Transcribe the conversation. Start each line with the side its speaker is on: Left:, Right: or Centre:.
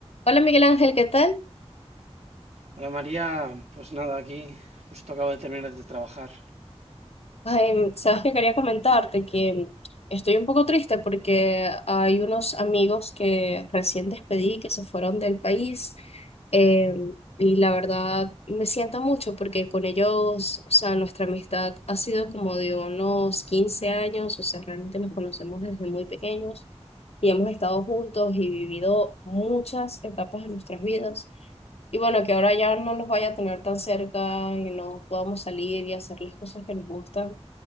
Left: Hola Miguel Ángel, ¿qué tal?
Right: Hola María, pues nada, aquí justo acabo de terminar de trabajar.
Left: Ay, sabes que quería comentarte que estoy un poco triste porque hay unos amigos que recién despedí que se fueron del país eh, y la verdad me siento mucho porque con ellos, o sea, nuestra amistad ha sido como de unos 15 años, o sea, realmente nos conocemos desde muy pequeños y hemos estado juntos y vivido muchas etapas de nuestras vidas. Y bueno, que ahora ya no los vaya a tener tan cerca y no podamos salir y hacerles cosas que nos gustan,